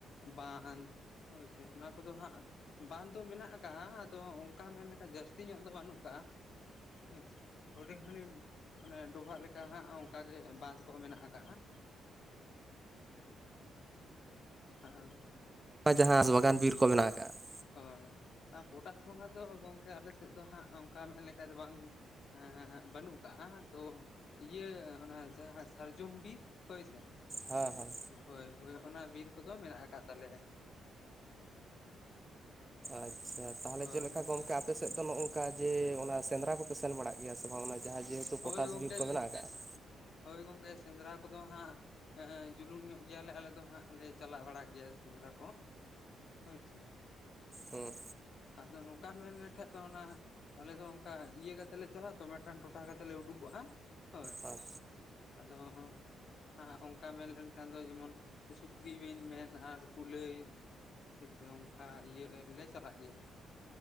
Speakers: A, on the left; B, on the right.
A: ᱵᱟᱸᱱᱫᱷ ᱦᱚᱭ ᱥᱮ ᱚᱱᱟ ᱠᱚᱫᱚ ᱦᱟᱸᱜ ᱵᱟᱸᱫ ᱫᱚ ᱢᱮᱱᱟᱜ ᱟᱠᱟᱜᱼᱟ ᱟᱫᱚ ᱚᱱᱠᱟ ᱢᱮᱱᱞᱮᱠᱷᱟ ᱡᱟᱹᱥᱛᱤ ᱧᱚᱜ ᱫᱚ ᱵᱟᱹᱱᱩᱜ-ᱟ᱾ ᱠᱟᱜ-ᱟ ᱦᱳᱭ ᱥᱮ ᱾ ᱦᱩᱰᱤᱧ - ᱦᱩᱰᱤᱧ ᱚᱱᱮ ᱰᱚᱵᱷᱟᱜ ᱞᱮᱠᱟ ᱦᱟᱸᱜ ᱚᱱᱠᱟᱜ ᱜᱮ ᱵᱟᱸᱫᱷ ᱠᱚ ᱢᱮᱱᱟᱜ ᱟᱠᱟᱜ-ᱟ ᱾ ᱟᱨ
B: ᱡᱟᱦᱟᱸ ᱵᱟᱜᱟᱱ ᱵᱤᱨ ᱠᱚ ᱢᱮᱱᱟᱜ ᱟᱠᱟᱜ-ᱟ ᱾
A: ᱦᱚᱭ ᱟᱨ ᱯᱚᱴᱟᱥ ᱯᱚᱸᱜᱟ ᱫᱚ ᱜᱚᱝᱠᱮ ᱟᱞᱮ ᱥᱮᱫ ᱫᱚ ᱦᱟᱸᱜ ᱚᱱᱠᱟ ᱢᱮᱱ ᱞᱮᱠᱷᱟᱱ ᱫᱚ ᱵᱟᱝ ᱦᱮᱸ ᱵᱟᱹᱱᱩᱜ ᱠᱟᱜ-ᱟ ᱛᱚ ᱤᱭᱟᱹ ᱚᱱᱟ ᱡᱟᱦᱟᱸ ᱥᱟᱨᱡᱚᱢ ᱵᱤᱨ ᱦᱚᱭᱥᱮ ᱾
B: ᱦᱮᱸ ᱦᱮᱸ
A: ᱦᱳᱭ ᱦᱳᱭ ᱚᱱᱟ ᱵᱤᱨ ᱠᱚᱫᱚ ᱢᱮᱱᱟᱜ ᱟᱠᱟᱫ ᱛᱟᱞᱮᱭᱟ ᱾
B: ᱟᱪᱪᱷᱟ ᱛᱟᱦᱚᱞᱮ
A: ᱦᱳᱭ
B: ᱪᱮᱫ ᱞᱮᱠᱟ ᱜᱚᱝᱠᱮ ᱟᱯ ᱟᱯᱮ ᱥᱮᱫ ᱫᱚ ᱱᱚᱜ ᱱᱚᱝᱠᱟ ᱡᱮ ᱚᱱᱟ ᱥᱮᱸᱫᱽᱨᱟ ᱠᱚᱯᱮ ᱥᱮᱱ ᱵᱟᱲᱟᱜ ᱜᱮᱭᱟ ᱥᱮ ᱵᱟᱝ ᱚᱱᱟ ᱡᱟᱦᱟᱸ ᱡᱮ
A: ᱦᱳᱭ
B: ᱯᱚᱴᱟᱥ
A: ᱜᱚᱝᱠᱮ
B: ᱵᱤᱨ ᱠᱚ ᱢᱮᱱᱟᱜ ᱟᱠᱟᱫ-ᱟ ᱾
A: ᱦᱳᱭ ᱜᱚᱝᱠᱮ ᱥᱮᱸᱫᱽᱨᱟ ᱠᱚᱫᱚ ᱟᱫᱚ ᱦᱟᱸᱜ ᱮᱸ ᱡᱩᱞᱩᱢ ᱧᱚᱜ ᱜᱮᱭᱟᱞᱮ ᱟᱞᱮ ᱫᱚ ᱦᱟᱸᱜ ᱞᱮ ᱪᱟᱞᱟᱣ ᱵᱟᱲᱟᱜ ᱜᱮᱭᱟ ᱥᱮᱸᱫᱽᱨᱟ ᱠᱚ ᱾ ᱦᱳᱭ ᱥᱮ
B: ᱦᱚᱸ
A: ᱟᱫᱚ ᱱᱚᱝᱠᱟᱢ ᱢᱮᱱ ᱞᱮᱠᱷᱟ ᱫᱚ ᱚᱱᱟ ᱟᱞᱮ ᱫᱚ ᱚᱱᱠᱟ ᱤᱭᱟᱹ ᱠᱟᱛᱮᱜ ᱞᱮ ᱪᱟᱞᱟᱜ-ᱟ ᱛᱚ ᱢᱤᱫᱴᱟᱝ ᱴᱚᱴᱷᱟ ᱠᱟᱛᱮᱜ ᱞᱮ ᱩᱰᱩᱠᱚᱜ-ᱟ ᱦᱚᱭ
B: ᱟᱪᱪᱷᱟ ᱾
A: ᱟᱫᱚ ᱚᱸ ᱦᱟᱸ ᱚᱱᱠᱟ ᱢᱮᱱ ᱞᱮᱱᱠᱷᱟᱱ ᱫᱚ ᱡᱮᱢᱚᱱ ᱥᱩᱠᱨᱤ ᱵᱮᱱ ᱢᱮᱱ ᱟᱨ ᱠᱩᱞᱟᱹᱭ ᱾ ᱛᱤᱥᱮ ᱚᱱᱠᱟ ᱤᱭᱟᱹᱞᱮ ᱪᱟᱞᱟᱜ ᱜᱮᱭᱟ ᱾